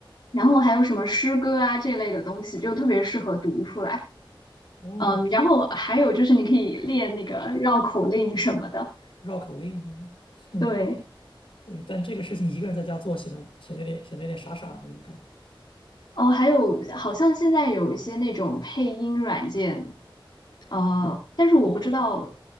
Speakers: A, on the left; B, on the left.
A: 然后还有什么诗歌啊这类的东西，就特别适合读出来。
B: 哦，
A: 嗯，然后还有就是你可以练那个绕口令什么的。
B: 绕口令啊，嗯，
A: 对，
B: 对。但这个事情一个人在家做，显得显得有点显得有点傻傻的那种感觉。
A: 哦，还有好像现在有一些那种配音软件，呃，但是我不知道，
B: 哦，我，